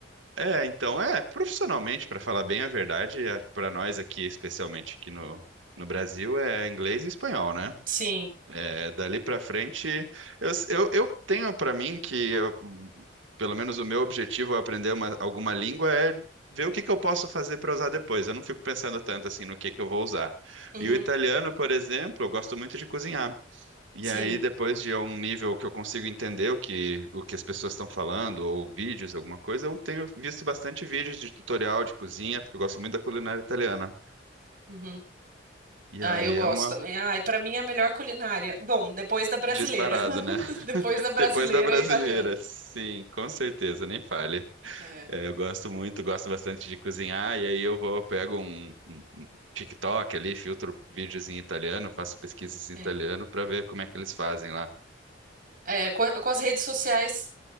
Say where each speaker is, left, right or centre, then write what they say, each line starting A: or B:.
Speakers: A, on the right; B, on the right.
A: É, então, é, profissionalmente, para falar bem a verdade, é, para nós aqui, especialmente aqui no, no Brasil, é inglês e espanhol, né?
B: Sim,
A: É, dali para frente, eu, eu, eu tenho para mim que, eu- pelo menos o meu objetivo ao aprender uma- alguma língua é ver o que que eu posso fazer para usar depois. Eu não fico pensando tanto assim no que que eu vou usar.
B: Uhum.
A: E o italiano, por exemplo, eu gosto muito de cozinhar. E
B: Sim.
A: aí, depois de um nível que eu consigo entender o que, o que as pessoas estão falando, ou vídeos, alguma coisa, eu tenho visto bastante vídeos de tutorial de cozinha, porque eu gosto muito da culinária italiana.
B: Uhum.
A: E
B: Ah,
A: aí
B: eu gosto
A: é uma
B: também. Ah, e para mim é a melhor culinária. Bom, depois da brasileira.
A: disparada,
B: <laughs>
A: né?
B: Depois
A: <laughs>
B: da brasileira
A: Depois da brasileira,
B: é italiano.
A: sim, com certeza, nem fale.
B: É,
A: É, eu gosto muito, gosto bastante de cozinhar, e aí eu vou, pego um, um- um TikTok ali, filtro vídeos em italiano, faço pesquisas em
B: sim.
A: italiano para ver como é que eles fazem lá.
B: É, com, com as redes sociais,